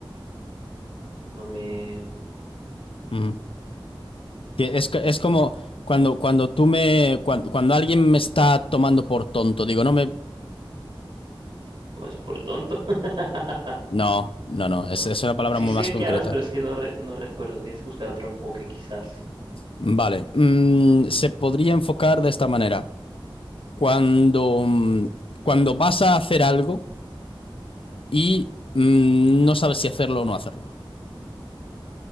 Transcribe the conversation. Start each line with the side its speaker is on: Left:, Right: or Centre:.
Right: No me
Left: Ujú. Que Es, es como cuando, cuando tú me, cuando, cuando alguien me está tomando por tonto, digo, no me...
Right: tomes por tonto. <laughs>
Left: No, no, no,
Right: No,
Left: es, es una palabra
Right: Sí
Left: muy
Right: sé
Left: más concreta.
Right: que hablas, pero es que no, re- no recuerdo. Tienes que buscar otro enfoque, quizás.
Left: Vale, mm, se podría enfocar de esta manera. Cuando, mm, cuando vas a hacer algo y mm, no sabes si hacerlo o no hacerlo.